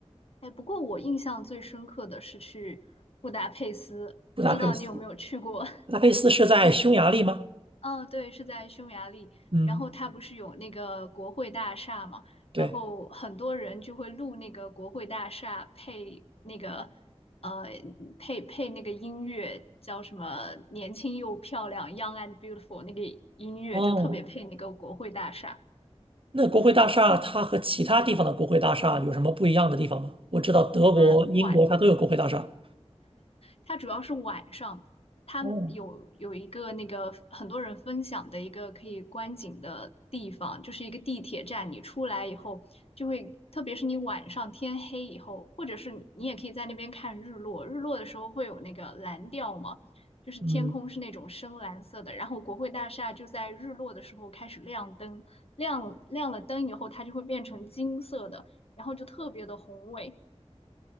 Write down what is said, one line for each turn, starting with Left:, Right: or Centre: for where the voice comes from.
Left: 哎，不过我印象最深刻的是去布达佩斯，
Right: 布达佩斯，
Left: 不知道你有没有去过？<laughs>
Right: 布达佩斯是在匈牙利吗？
Left: 哦，对，是在匈牙利。
Right: 嗯，
Left: 然后它不是有那个国会大厦嘛，
Right: 对，
Left: 然后很多人就会录那个国会大厦配那个呃配配那个音乐，叫什么“年轻又漂亮 ”（Young and Beautiful） 那个音乐就特别配那个国会大厦。
Right: 哦，那国会大厦它和其他地方的国会大厦有什么不一样的地方吗？我知道德国、
Left: 它晚
Right: 英国它都有国会大厦，
Left: 它主要是晚上，它有有一个那个很多人分享的一个可以观景的地方，
Right: 哦，
Left: 就是一个地铁站。你出来以后，就会特别是你晚上天黑以后，或者是你你也可以在那边看日落。日落的时候会有那个蓝调嘛，就是天空是那种深蓝色的。
Right: 嗯，
Left: 然后国会大厦就在日落的时候开始亮灯，亮亮了灯以后，它就会变成金色的，然后就特别的宏伟。